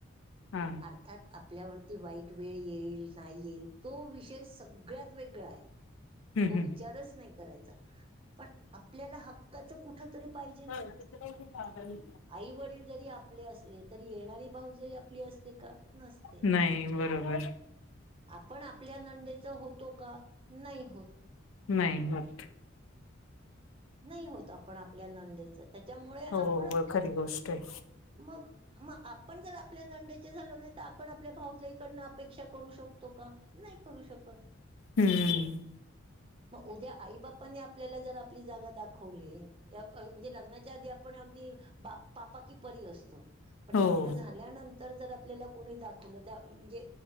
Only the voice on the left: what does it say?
हा.
हं,
हं.
<unintelligible>
नाही. बरोबर.
नाही, होत.
हो खरी गोष्ट आहे.
हम्म.
हो.